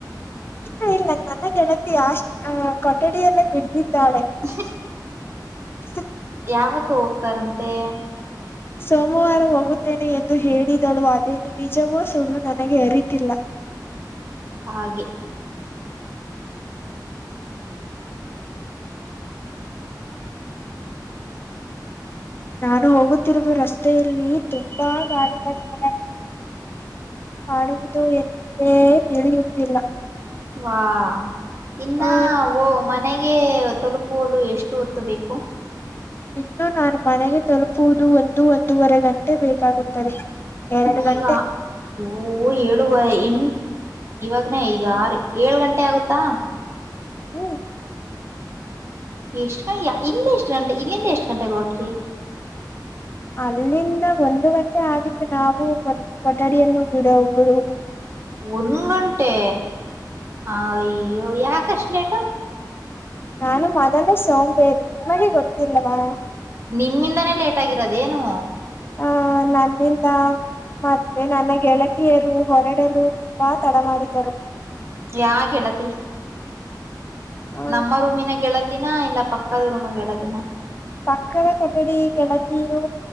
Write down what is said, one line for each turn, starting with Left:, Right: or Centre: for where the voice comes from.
Left: ಇಲ್ಲ ಇಲ್ಲ ನನ್ನ ಗೆಳತಿ ಅಷ್ಟ್ ಅ ಕೊಠಡಿಯಲ್ಲೇ ಬಿದ್ದಿದ್ದಾಳೆ
Right: ಹ <unintelligible>
Left: <unintelligible>
Right: ಯಾವತ್ತು ಹೋಗ್ತಾರಂತೆ?
Left: <inaudible> ಸೋಮವಾರ ಹೋಗುತ್ತೇನೆ ಎಂದು ಹೇಳಿದಳು ಅದೇನು ನಿಜವೂ ಸುಳ್ಳು ನನಗೆ ಅರಿತಿಲ್ಲ
Right: ಹಾಗೆ
Left: ನಾನು ಹೋಗುತ್ತಿರುವ ರಸ್ತೆಯಲ್ಲಿ ತುಂಬಾ ಗಾಡಿಗಳಿವೆ ಮಾಡಡುವುದು ಎಂದೇ ತಿಳಿಯುತ್ತಿಲ್ಲ
Right: ವಾ ಇನ್ನ
Left: ಆ
Right: ಮನೆಗೆ ಗೆ ತಲುಪುಲು ಎಷ್ಟು ಒತ್ತು ಬೇಕು
Left: ಇನ್ನು ನಾನು ಮನೆಗೆ ತಲುಪುವುದು ಒಂದು ಒಂದೂವರೆ ಗಂಟೆ ಬೇಕಾಗುತ್ತದೆ ಎರಡು ಗಂಟೆ
Right: ಈಗ ಓ ಏಳುವ ಎಂ ಇವಾಗನ ಇದು ಆರು ಏಳು ಗಂಟೆ ಆಗುತ್ತಾ
Left: ಹ್ಮ್
Right: ಎಷ್ಟು ಗ ಇಲ್ಲಿ ಎಷ್ಟು ಗಂಟೆ ಇಲ್ಲಿಂದ ಎಷ್ಟು ಗಂಟೆಗೆ ಹೊರಟ್ರಿ ರಿ
Left: ಅಲ್ಲಿಂದ ಒಂದು ಗಂಟೆ ಆಗಿತ್ತು ನಾವು ಕೊಠಡಿಯನ್ನು ಬಿಡೋ ಬಿಡುವುದು
Right: ಒಂದ ಗಂಟೆ ಅ ಅಯ್ಯೋ ಯಾಕಷ್ಟ ಲೇಟು
Left: ನಾನು ಮೊದಲು ಸೋಂಬೇರ್ ನಿಮ್ಮಗೆ ಗೊತ್ತಿಲ್ಲವಾ
Right: ನಿಮ್ಮಿಂದನೇ ಲೇಟ್ ಆಗಿರೋದ ಏನು
Left: ಅ ನನ್ನಿಂದ. ಮತ್ತೆ ನನ್ನ ಗೆಳತಿಯರು ಹೊರಡಲು ತುಂಬಾ ತಡ ಮಾಡಿದ್ದರು.
Right: ಯಾ ಗೆಳತಿ.
Left: ಆ
Right: ನಮ್ಮ ರೂಮಿನ ಗೆಳತಿನ ಇಲ್ಲ ಪಕ್ಕದ ರೂಮ ಗೆಳತಿನ.
Left: ಪಕ್ಕದ ಕೊಠಡಿ ಗೆಳತಿಯೂ